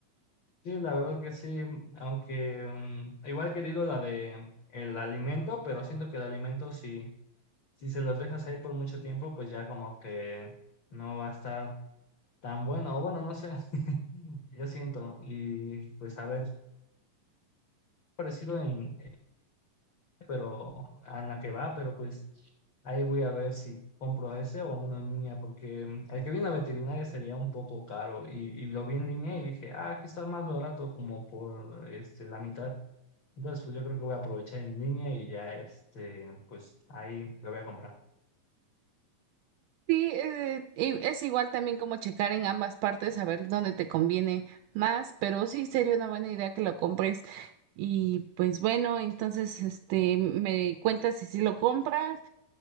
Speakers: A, on the left; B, on the right.
A: Sí, la verdad que sí, aunque mm, igual he querido la de el alimento, pero siento que el alimento si, si se los dejas ahí por mucho tiempo, pues ya como que no va a estar tan bueno, o bueno, no sé, <laughs> yo siento, y pues a ver parecido en, pero a la que va, pero pues ahí voy a ver si compro ese o uno en línea, porque mm, el que viene a veterinaria sería un poco caro y, y lo vi en línea y dije, ah, aquí está más barato como por este, la mitad. Entonces, pues yo creo que voy a aprovechar en línea y ya, este, pues ahí lo voy a comprar.
B: Sí, eh, y es igual también como checar en ambas partes, a ver dónde te conviene más, pero sí sería una buena idea que lo compres. Y pues bueno, entonces este me cuentas si sí lo compras